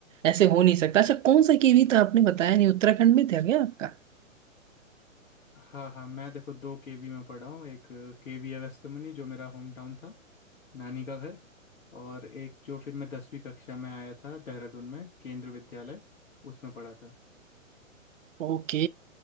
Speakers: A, on the right (about 65°); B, on the left (about 75°).
A: ऐसे हो नहीं सकता अच्छा कौन सा केवी था आपने बताया नहीं उत्तराखंड में था क्या आपका
B: हाँ हाँ मैं देखो दो केवी में पढ़ा हूँ एक केवी अगस्त्यमुनि जो मेरा होम टाउन था नानी का घर और एक जो फिर मैं दसवीं कक्षा में आया था देहरादून में केंद्र विद्यालय उसमें पढ़ा था
A: ओके